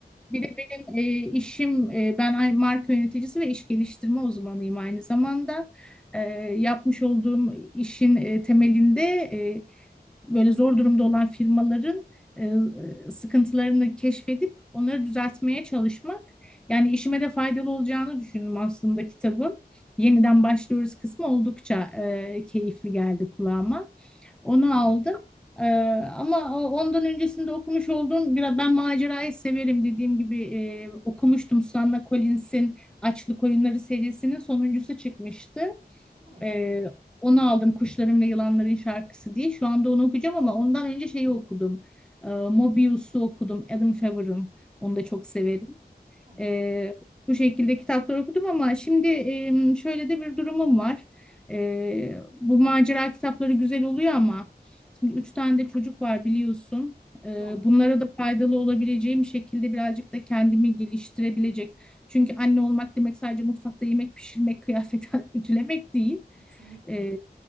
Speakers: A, in the centre; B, on the right.
A: bir de benim e, işim, e, ben ay- marka yöneticisi ve iş geliştirme uzmanıyım aynı zamanda.
B: evet,
A: E, yapmış olduğum işin e, temelinde e, böyle zor durumda olan firmaların e, sıkıntılarını keşfedip onları düzeltmeye çalışmak. Yani işime de faydalı olacağını düşündüm aslında kitabın. Yeniden başlıyoruz kısmı oldukça e, keyifli geldi kulağıma. Onu
B: çok iyi.
A: aldım. E, ama ondan öncesinde okumuş olduğum biraz ben macerayı severim dediğim gibi e, okumuştum Susanna Collins'in Açlık Oyunları serisinin sonuncusu çıkmıştı.
B: evet,
A: Ee, onu aldım Kuşların ve Yılanların Şarkısı diye. Şu anda onu okuyacağım ama ondan önce şeyi okudum. Ee, Mobius'u okudum. Adam Favre'ın. Onu
B: evet,
A: da çok severim.
B: Hı hı,
A: E, bu şekilde kitaplar okudum ama şimdi e, şöyle de bir durumum var. E, bu macera kitapları güzel oluyor ama şimdi
B: evet,
A: üç tane de çocuk var biliyorsun. E,
B: doğru,
A: bunlara da faydalı olabileceğim şekilde birazcık da kendimi geliştirebilecek. Çünkü anne olmak demek sadece mutfakta yemek pişirmek, kıyafet <laughs> ütülemek değil.
B: kesinlikle,
A: E,